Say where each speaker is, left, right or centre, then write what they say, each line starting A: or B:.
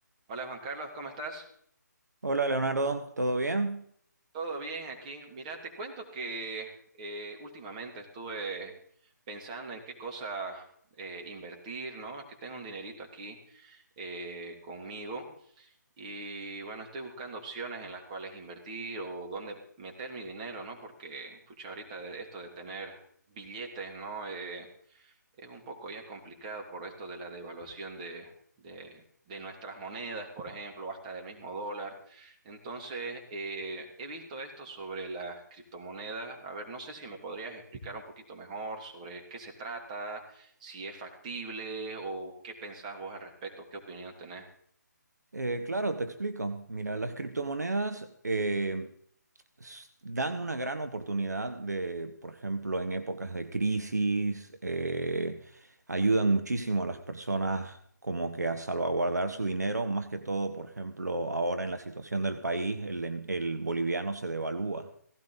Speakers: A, on the right (about 25°); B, on the right (about 65°).
A: Hola Juan Carlos, ¿cómo estás?
B: Hola Leonardo, ¿todo bien?
A: ¿Todo bien aquí? Mira, te cuento que eh, últimamente estuve pensando en qué cosa eh, invertir, ¿no? Es que tengo un dinerito aquí eh, conmigo y bueno, estoy buscando opciones en las cuales invertir o dónde meter mi dinero, ¿no? Porque, pucha, ahorita de esto de tener billetes, ¿no? Eh, es un poco ya complicado por esto de la devaluación de, de- de nuestras monedas, por ejemplo, o hasta del mismo dólar. Entonces, eh, he visto esto sobre las criptomonedas. A ver, no sé si me podrías explicar un poquito mejor sobre qué se trata, si es factible o qué pensás vos al respecto, qué opinión tenés.
B: Eh, claro, te explico. Mira, las criptomonedas eh, s- dan una gran oportunidad de, por ejemplo, en épocas de crisis, eh, ayudan muchísimo a las personas como que a salvaguardar su dinero, más que todo, por ejemplo, ahora en la situación del país, el, el boliviano se devalúa.